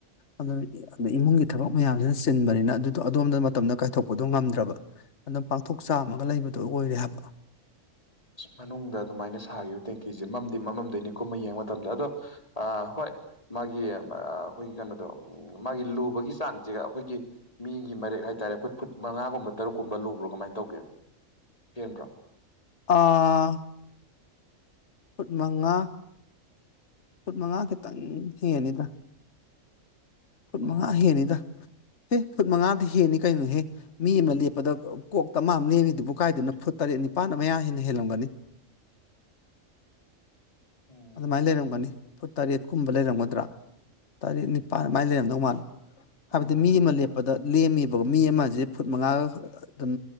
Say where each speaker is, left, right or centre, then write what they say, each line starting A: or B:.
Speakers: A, on the left; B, on the left.
A: ꯑꯗꯨꯗ ꯏ ꯏꯃꯨꯡꯒꯤ ꯊꯕꯛ ꯃꯌꯥꯝꯁꯤꯅ ꯆꯤꯟꯕꯅꯤꯅ ꯑꯗꯨꯗꯣ ꯑꯗꯣꯝꯗ ꯃꯇꯝꯗꯣ ꯀꯥꯏꯊꯣꯛꯄꯗꯣ ꯉꯝꯗ꯭ꯔꯕ ꯑꯗꯨꯝ ꯄꯥꯡꯊꯣꯛ ꯆꯥꯝꯃꯒ ꯂꯩꯕꯗꯣ ꯑꯣꯏꯔꯦ ꯍꯥꯏꯕ
B: ꯃꯅꯨꯡꯗ ꯑꯗꯨꯃꯥꯏꯅ ꯁꯥꯒꯤꯕ ꯇꯦꯡꯀꯤꯖꯦ ꯃꯝꯗꯤ ꯃꯝꯃꯝꯗꯣꯏꯅꯤꯀꯣ ꯀꯨꯝꯃ ꯌꯦꯡꯕ ꯃꯇꯝꯗ ꯑꯗꯣ ꯑ ꯍꯣꯏ ꯃꯥꯒꯤ ꯃꯥ ꯑꯈꯣꯏꯒꯤ ꯀꯩꯅꯣꯗꯣ ꯎꯝ ꯃꯥꯒꯤ ꯂꯨꯕꯒꯤ ꯆꯥꯡꯖꯦ ꯑꯩꯈꯣꯏꯒꯤ ꯃꯤꯒꯤ ꯃꯔꯦꯛ ꯍꯥꯏꯇꯥꯔꯦ ꯑꯩꯈꯣꯏ ꯐꯨꯠ ꯃꯉꯥꯒꯨꯝꯕ ꯇꯔꯨꯛꯀꯨꯝꯕ ꯂꯨꯕ꯭ꯔꯥ ꯀꯃꯥꯏꯟ ꯇꯧꯒꯦ ꯍꯦꯟꯕ꯭ꯔꯣ
A: ꯑꯥ ꯐꯨꯠ ꯃꯉꯥ ꯐꯨꯠ ꯃꯉꯥ ꯈꯤꯇꯪ ꯍꯦꯟꯅꯤꯗ ꯐꯨꯠ
B: ꯑꯣ
A: ꯃꯉꯥ ꯍꯦꯟꯅꯤꯗ ꯑꯦ ꯐꯨꯠ ꯃꯉꯥꯗꯤ ꯍꯦꯟꯅꯤ ꯀꯩꯅꯣꯍꯦ ꯃꯤ ꯑꯃ ꯂꯦꯞꯄꯗ ꯑ ꯀꯣꯛ ꯇꯃꯥ ꯑꯃ ꯂꯦꯝꯃꯤꯗꯨꯕꯨ ꯀꯥꯏꯗꯩꯅꯣ ꯐꯨꯠ ꯇꯔꯦꯠ ꯅꯤꯄꯥꯥꯟ ꯑꯝ ꯃꯌꯥ ꯍꯦꯟꯅ ꯍꯦꯜꯂꯝꯒꯅꯤ
B: ꯎꯝ
A: ꯑꯗꯨꯃꯥꯏꯟ ꯂꯩꯔꯝꯒꯅꯤ ꯐꯨꯠ ꯇꯔꯦꯠꯀꯨꯝꯕ ꯂꯩꯔꯝꯒꯗ꯭ꯔꯥ ꯇꯔꯦꯠ ꯅꯤꯄꯥꯜ ꯑꯗꯨꯃꯥꯏꯟ ꯂꯩꯔꯝꯗꯧ ꯃꯥꯜꯂꯤ
B: ꯎꯝ
A: ꯍꯥꯏꯕꯗꯤ ꯃꯤ ꯑꯃ ꯂꯦꯞꯄꯗ ꯂꯦꯝꯃꯤꯕ ꯃꯤ ꯑꯃꯖꯦ ꯐꯨꯠ ꯃꯉꯥꯒ ꯑꯗꯨꯝ